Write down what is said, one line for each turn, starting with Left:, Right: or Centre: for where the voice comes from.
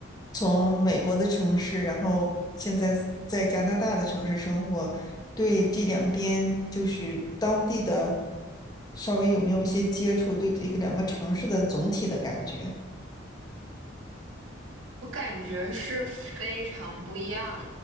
Left: 从美国的城市，然后现在在加拿大的城市生活，对这两边就是当地的稍微有没有一些接触，对这个两个城市的总体的感觉？
Right: 我感觉是非常不一样